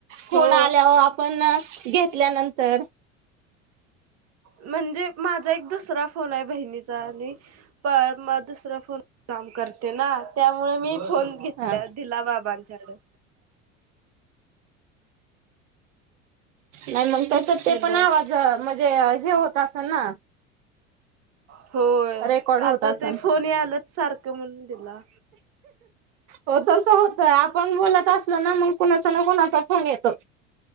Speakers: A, on the right; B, on the right.
A: फोन
B: हो
A: आल्यावर आपण घेतल्यानंतर
B: म्हणजे माझा एक दुसरा फोन आहे बहिणीचा आणि पण मग दुसरा फोन काम करते ना, त्यामुळे मी फोन घेतला,
A: हा
B: दिला बाबांच्याकडं
A: नाही मग तसं ते
B: हॅलो
A: पण आवाज म्हणजे हे होत असल ना,
B: होय,
A: रेकॉर्ड होत
B: आता
A: असेल
B: ते फोन यालात सारखं म्हणून दिला.
A: हो तस होतंय. आपण बोलत असलो ना मग कुणाचा ना कुणाचा फोन येतो.